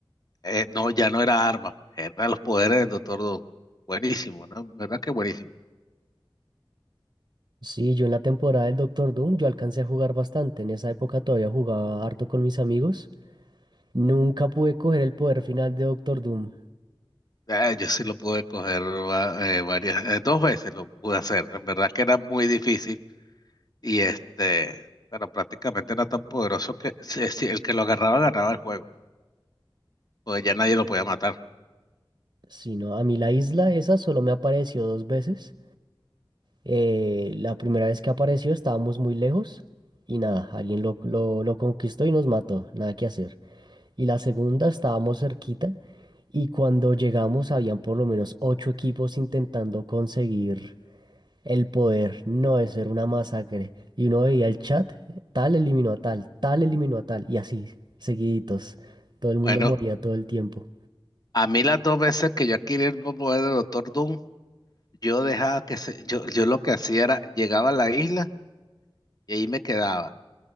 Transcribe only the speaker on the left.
eh, no, ya no era arma, eran los poderes del Doctor Doom. Buenísimo, ¿no? ¿Verdad que buenísimo?
Eh, yo sí lo pude coger va- eh, varias, eh, dos veces lo pude hacer. En verdad que era muy difícil y este, pero prácticamente era tan poderoso que si, si el que lo agarraba ganaba el juego, porque ya nadie lo podía matar.
Bueno,
a mí las dos veces que yo adquirí el poder del Doctor Doom, Yo dejaba que se, yo, yo lo que hacía era, llegaba a la isla y ahí me quedaba.